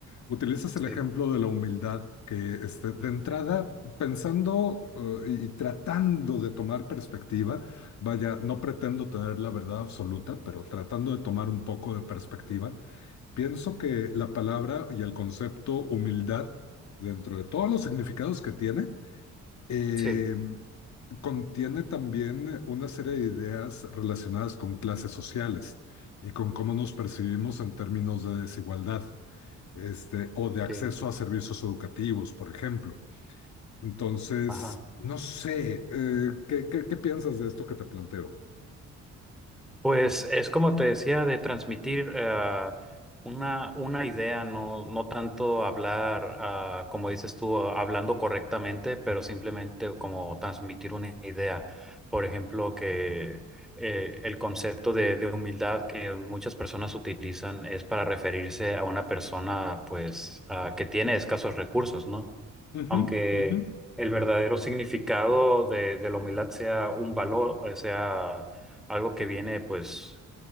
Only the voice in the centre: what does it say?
Sí,
sí,
sí.
Ajá.
Pues es como te decía, de transmitir eh, una, una idea, no, no tanto hablar, ah, como dices tú, hablando correctamente, pero simplemente como transmitir una idea. Por ejemplo, que eh, el concepto de, de humildad que muchas personas utilizan es para referirse a una persona pues, ah, que tiene escasos recursos, ¿no?
aunque
el verdadero significado de, de la humildad sea un valor, eh, sea algo que viene, pues,